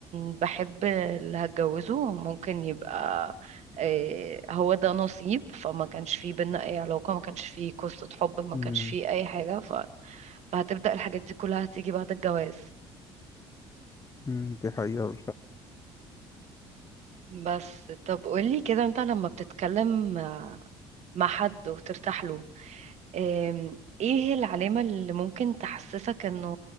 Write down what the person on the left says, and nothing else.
مم،
مم، دي حقيقه